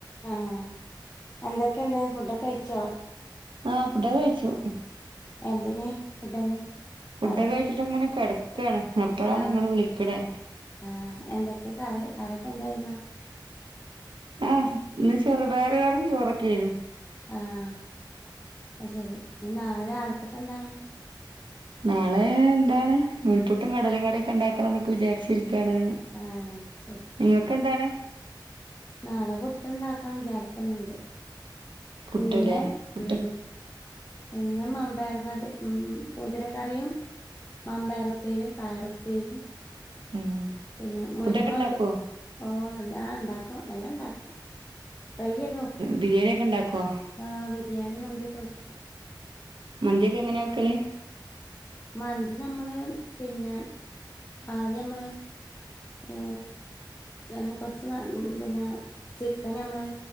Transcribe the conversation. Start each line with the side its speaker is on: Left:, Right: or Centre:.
Left: ആഹ് എന്തൊക്കെണ്ട് ഫുഡൊക്കെ കയിച്ചോ?
Right: ആഹ് ഫുഡൊക്കെ കഴിച്ചു
Left: എന്തേനി ഫുഡിന്?
Right: ഫുഡൊക്കെ
Left: കറിയൊക്കെന്താ
Right: കഴിച്ചിട്ട് ഇങ്ങനെ കെടക്കാണ് അപ്പഴാണ്
Left: ആഹ്
Right: ഇങ്ങള് വിളിക്കണെ
Left: ആഹ് എന്തൊക്കെ കറി കറിയൊക്കെ എന്തായിരുന്നു
Right: ആഹ് ഇന്ന് ചെറുപയറ് കറിം ചോറൊക്കെയ്നു
Left: ആഹ് അയ് ശരി നാളെ രാവിൽക്കൊക്കെ എന്താണ്?
Right: നാളെ എന്താണ് നൂൽപ്പുട്ടും കടല കറിയൊക്കെ ഇണ്ടാക്കണന്നൊക്കെ വിചാരിച്ചിരിക്കാണ്
Left: ആഹ് ശരി
Right: ഇങ്ങക്കെന്താണ്?
Left: നാളെ പുട്ടുണ്ടാക്കാൻ വിചാരിക്ക്ന്ന്‌ണ്ട്
Right: പുട്ടല്ലേ
Left: പിന്നെ
Right: പുട്ട്
Left: ഉം ഇന്ന് മമ്പയർ കറി ഉം മുതിരക്കറിയും മമ്പയറുപ്പേരിം പയറുപ്പേരിം
Right: ഉം
Left: പിന്നെ മുരിങ്ങ
Right: ഫുഡൊക്കെ ഉണ്ടാക്കുവോ
Left: ഒര് ഓഹ് എല്ലാം ഇണ്ടാക്കും എല്ലണ്ടാക്കും ട്രൈ ചെയ്തോ
Right: ബിരിയേണി ക്കെ ഉണ്ടാക്കോ?
Left: ആഹ് ബിരിയാണി മന്ത്യക്കെ വെക്കും
Right: മന്ത്യക്കെ എങ്ങനെ വെക്കല്?
Left: മന്തി നമ്മള് പിന്നെ ആദ്യ മ്മള് ഏ നമ്മ കൊറച്ച് പിന്നെ ചിക്കൻ നമ്മള്